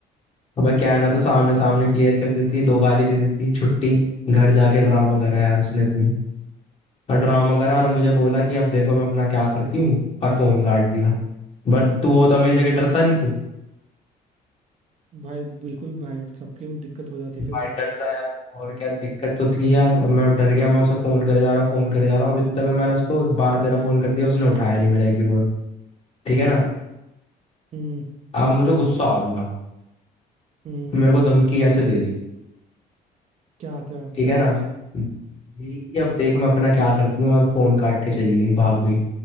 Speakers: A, on the left; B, on the right.
A: अबे क्या ना तो सामने सामने क्लियर कर देती दो गाली दे देती छुट्टी घर जाके ड्रामा करा यार उसने इतनी और ड्रामा करा और मुझे बोला कि अब देखो मैं अपना क्या करती हूँ और फोन काट दिया बट तू होता मेरी जगह डरता नहीं तू
B: भाई बिल्कुल भाई सबकी दिक्कत हो जाती
A: भाई
B: फिर तो
A: डरता यार और क्या दिक्कत तो थी यार और मैं डर गया मैं उसे फोन करे जा रहा हूँ फोन करे जा रहा हूँ अब इतने में मैंने उसको बारह तेरह फोन कर दिया उसने उठाया नहीं मेरा एक भी फोन ठीक है ना
B: हम्म
A: अब मुझे गुस्सा आ गया
B: हम्म
A: मेरे को धमकी कैसे दे दी
B: क्या क्या
A: ठीक
B: क्या
A: है ना
B: बोला उसने
A: यही कि अब देख मैं अपना क्या करती हूँ और फोन काट के चली गई भाग गई